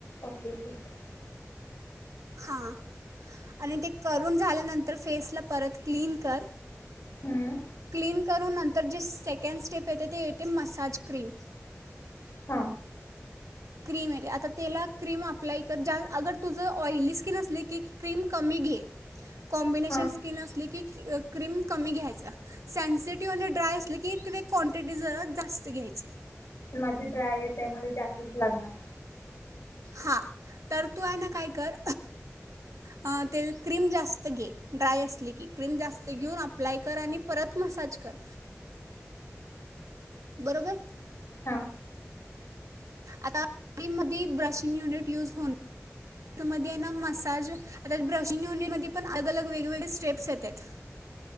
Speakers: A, on the left (about 60°); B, on the right (about 85°).
A: ओके ठीक ये.
B: हां आणि ते करून झाल्यानंतर फेसला परत क्लीन कर
A: हं,
B: क्लीन करून नंतर जे सेकंड स्टेप येते ते येते मसाज क्रीम
A: हा
B: क्रीम ये ती आता तेला क्रीम अप्लाय कर जास् अगर तुझं ऑइली स्किन असली की क्रीम कमी घे कॉमबिनेशन
A: हां
B: स्किन असली की क्रीम कमी घ्यायचा. सेन्सिटिव्ह आणि ड्राय असलं की ती क्वांटिटी जरा जास्त घ्यायची.
A: माझी ड्रायच ये मला जास्तीच लागणार
B: हा तर तू हाय ना काय कर अ ते क्रीम जास्त घे ड्राय असली की क्रीम जास्त घेऊन अप्लाय कर आणि परत मसाज कर बरोबर
A: हा
B: आता क्रीम मधी ब्रशिंग युनिट युज होऊन <unintelligible> मध्ये हाय ना मसाज आता ब्रशिंग युनिटमध्ये पण अलग अलग वेगवेगळे स्टेप्स येत्यात